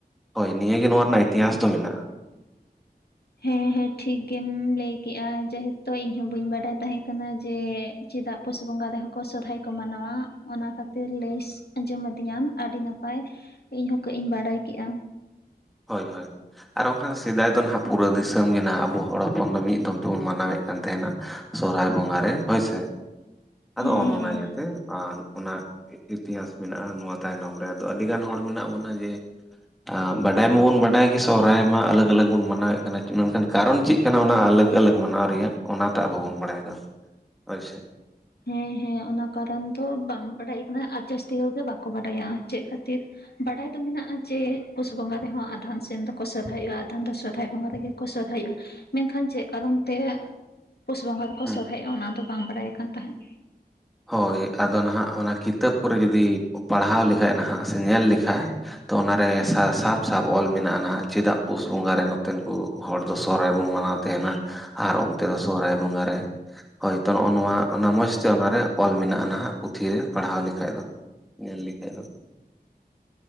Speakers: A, in the centre; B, on the left.
A: ᱦᱳᱭ ᱱᱤᱭᱟᱹ ᱜᱮ ᱱᱚᱣᱟ ᱨᱮᱱᱟᱜ ᱤᱛᱤᱦᱟᱸᱥ ᱫᱚ ᱢᱮᱱᱟᱜᱼᱟ
B: ᱦᱮᱸ ᱦᱮᱸ ᱴᱷᱤᱠ ᱜᱮᱢ ᱞᱟᱹᱭ ᱠᱮᱜ ᱡᱮᱦᱩᱛᱩ ᱤᱧ ᱦᱚᱸ ᱵᱟᱹᱧ ᱵᱟᱰᱟᱭ ᱛᱟᱦᱮᱸ ᱠᱟᱱᱟ ᱡᱮ ᱪᱮᱫᱟᱜ ᱯᱩᱥ ᱵᱚᱸᱜᱟ ᱨᱮᱦᱚᱸ ᱠᱚ ᱥᱚᱦᱚᱨᱟᱭ ᱠᱚ ᱢᱟᱱᱟᱣ-ᱟ ᱚᱱᱟ ᱠᱷᱟᱹᱛᱤᱨ ᱞᱟᱹᱭ ᱟᱸᱡᱚᱢ ᱟᱹᱫᱤᱧᱟᱢ ᱟᱹᱰᱤ ᱱᱟᱯᱟᱭ ᱤᱧ ᱦᱚ ᱠᱟᱹᱡ ᱤᱧ ᱵᱟᱲᱟᱭ ᱠᱮᱫᱼᱟ
A: ᱦᱳᱭ ᱦᱳᱭ ᱟᱨ ᱵᱟᱝᱠᱷᱟᱱ ᱥᱮᱫᱟᱭ ᱫᱚ ᱱᱟᱦᱟᱜ ᱯᱩᱨᱟᱹ ᱫᱤᱥᱚᱢ ᱜᱮ ᱱᱟᱦᱟᱜ ᱟᱵᱚ ᱦᱚᱲ ᱦᱚᱯᱚᱱ ᱫᱚ ᱢᱤᱫ ᱫᱚᱢ ᱛᱮᱵᱚᱱ ᱢᱟᱱᱟᱣ ᱮᱫ ᱠᱟᱱ ᱛᱟᱦᱮᱱᱟ ᱥᱚᱨᱦᱟᱭ ᱵᱚᱸᱜᱟ ᱨᱮ ᱦᱳᱭ ᱥᱮ ᱟᱫᱚ
B: ᱦᱮᱸ
A: ᱚᱱ
B: ᱦᱮᱸ
A: ᱚᱱᱟ ᱤᱭᱟᱹᱛᱮ <unintelligible> ᱚᱱᱟ ᱤᱛᱤᱛᱤᱦᱟᱸᱥ ᱢᱮᱱᱟᱜᱼᱟ ᱱᱚᱣᱟ ᱛᱟᱭᱱᱚᱢ ᱨᱮ ᱟᱫᱚ ᱟᱹᱰᱤ ᱜᱟᱱ ᱦᱚᱲ ᱢᱮᱱᱟᱜ ᱵᱚᱱᱟ ᱡᱮ ᱟᱨᱢ <unintelligible> ᱵᱟᱰᱟᱭ ᱢᱟᱵᱚᱱ ᱵᱟᱰᱟᱭ ᱜᱮ ᱥᱚᱦᱚᱨᱟᱭ ᱢᱟ ᱟᱞᱟᱜᱽ ᱟᱞᱟᱜᱽ ᱵᱚᱱ ᱢᱟᱱᱟᱣ ᱮᱫ ᱠᱟᱱᱟ ᱢᱮᱱᱠᱷᱟᱱ ᱠᱟᱨᱚᱱ ᱪᱮᱫ ᱠᱟᱱᱟ ᱚᱱᱟ ᱟᱞᱟᱜᱽᱼᱟᱞᱟᱜᱽ ᱢᱟᱱᱟᱣ ᱨᱮᱭᱟᱜ ᱚᱱᱟᱛᱮ ᱟᱵᱚ ᱵᱚᱱ ᱵᱟᱰᱟᱭ ᱠᱟᱱᱟ ᱦᱳᱭ ᱥᱮ
B: ᱦᱮᱸ ᱦᱮᱸ ᱚᱱᱟ ᱠᱟᱨᱚᱱ ᱫᱚ ᱵᱟᱝ ᱵᱟᱰᱟᱭ ᱠᱟᱱᱟ ᱟᱨ ᱡᱟᱹᱥᱛᱤ ᱦᱚᱲᱜ ᱜᱮ ᱵᱟᱠᱚ ᱵᱟᱰᱟᱭᱟ ᱪᱮᱫ ᱠᱷᱟᱹᱛᱤᱨ ᱵᱟᱰᱟᱭ ᱫᱚ ᱢᱮᱱᱟᱜᱼᱟ ᱡᱮ ᱯᱩᱥ ᱵᱚᱸᱜᱟ ᱨᱮᱦᱚᱸ ᱟᱫᱷᱮᱱ ᱥᱮᱱ ᱫᱚᱠᱚ ᱥᱚᱨᱦᱟᱭᱚᱜᱼᱟ ᱟᱫᱷᱟᱱ ᱫᱚ ᱥᱚᱨᱦᱟᱭ ᱵᱚᱸᱜᱟ ᱨᱮᱜᱮ ᱠᱚ ᱥᱚᱨᱦᱟᱭ ᱢᱮᱱᱠᱷᱟᱱ ᱪᱮᱫ ᱠᱟᱨᱚᱱ ᱛᱮ ᱯᱩᱥ ᱵᱚᱸᱜᱟ ᱠᱚ
A: ᱦᱮᱸ
B: ᱥᱚᱨᱦᱟᱭᱚᱜᱼᱟ ᱚᱱᱟ ᱫᱚ ᱵᱟᱝ ᱵᱟᱰᱟᱭ ᱠᱟᱱ ᱛᱟᱦᱮᱸᱫ
A: ᱦᱳᱭ ᱟᱫᱚ ᱱᱟᱦᱟᱜ ᱚᱱᱟ ᱠᱤᱛᱟᱹᱵ ᱠᱚᱨᱮ ᱡᱩᱫᱤ ᱯᱟᱲᱦᱟᱣ ᱞᱮᱠᱷᱟᱡ ᱱᱟᱦᱟᱜ ᱥᱮ ᱧᱮᱞ ᱞᱮᱠᱷᱟ ᱛᱚ ᱚᱱᱟᱨᱮ ᱥᱟᱵ ᱥᱟᱵ ᱚᱞ ᱢᱮᱱᱟᱜᱼᱟ ᱪᱮᱫᱟᱜ ᱯᱩᱥ ᱵᱚᱸᱜᱟ ᱨᱮ ᱱᱚᱛᱮᱱ ᱠᱚ ᱦᱚᱲ ᱫᱚ ᱥᱚᱨᱦᱟᱭ ᱵᱚᱱ ᱢᱟᱱᱟᱣ ᱛᱟᱦᱮᱱᱟ ᱟᱨ ᱚᱱᱛᱮ ᱫᱚ ᱥᱚᱨᱦᱟᱭ ᱵᱚᱸᱜᱟ ᱨᱮ ᱦᱳᱭ ᱛᱚ ᱱᱚᱜᱼᱚ ᱱᱚᱣᱟ ᱚᱱᱟ ᱢᱚᱸᱡᱽ ᱛᱮ ᱚᱱᱟᱨᱮ ᱚᱞ ᱢᱮᱱᱟᱜᱼᱟ ᱱᱟᱦᱟᱜ ᱯᱩᱛᱷᱷᱤ ᱨᱮ ᱯᱟᱲᱦᱟᱣ ᱞᱮᱠᱷᱟᱡ ᱫᱚ ᱧᱮᱞ ᱞᱮᱠᱟᱱ ᱫᱚ